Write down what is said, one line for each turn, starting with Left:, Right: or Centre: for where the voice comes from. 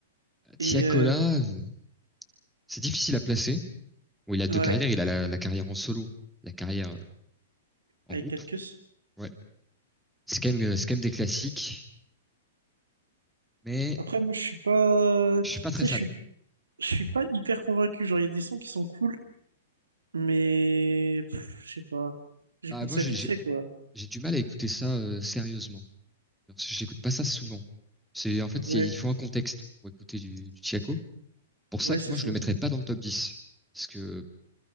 Right: et
Centre: Tiakola,
Right: euh,
Centre: euh, c'est difficile à placer. Où il a deux
Right: ouais
Centre: carrières, il a la, la carrière en solo, la carrière euh, en
Right: avec
Centre: groupe.
Right: 4 queues.
Centre: Ouais. C'est quand même, euh, c'est quand même des classiques, mais
Right: Après moi je suis pas,
Centre: je
Right: tu
Centre: suis pas très
Right: sais
Centre: fan.
Right: je suis je suis pas hyper convaincu. Genre, il y a des sons qui sont cool, mais pff, je sais pas. J'écoute
Centre: Bah, moi,
Right: ça
Centre: j'ai,
Right: vite
Centre: j'ai
Right: fait, quoi.
Centre: j'ai du mal à écouter ça euh, sérieusement. Parce que j'écoute pas ça souvent. C'est en fait,
Right: Ouais,
Centre: c'est- il faut un contexte pour écouter du, du Tiako. Pour ça
Right: ouais,
Centre: que
Right: c'est
Centre: moi,
Right: ça.
Centre: je le mettrais pas dans le top 10 parce que